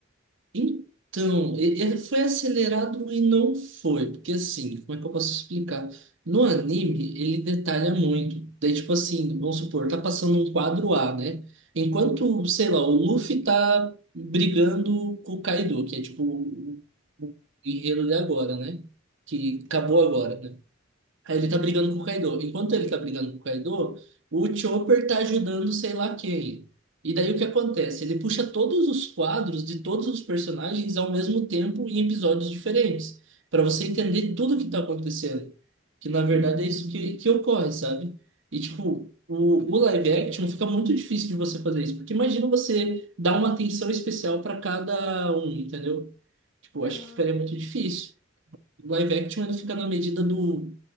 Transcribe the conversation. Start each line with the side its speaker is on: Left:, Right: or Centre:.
Right: Então, e- ele foi acelerado e não foi, porque assim, como é que eu posso explicar? No anime, ele detalha muito. Daí, tipo assim, vamos supor, tá passando um quadro A, né? Enquanto, sei lá, o Luffy tá brigando com o Kaido, que é tipo o o guerreiro de agora, né? Que acabou agora, né? Aí ele
Left: Uhum,
Right: tá brigando com o Kaido. Enquanto ele tá brigando com o Kaido, o Chopper tá ajudando sei lá quem. E daí o que acontece? Ele puxa todos os quadros de todos os personagens ao mesmo tempo em episódios diferentes, para você entender tudo o que tá acontecendo. Que na verdade
Left: uhum,
Right: é isso que, que ocorre, sabe? E tipo, o, o live action fica muito difícil de você fazer isso, porque imagina você dar uma atenção especial para cada um, entendeu? Tipo, eu
Left: aham.
Right: acho que ficaria muito difícil. O live action ele fica na medida do,